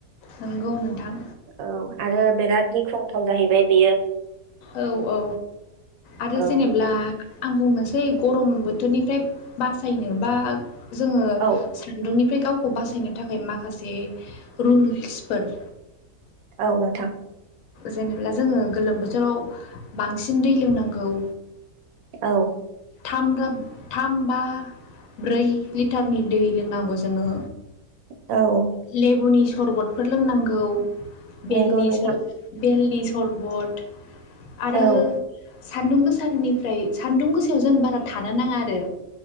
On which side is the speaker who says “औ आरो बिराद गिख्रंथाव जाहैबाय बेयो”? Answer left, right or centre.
Right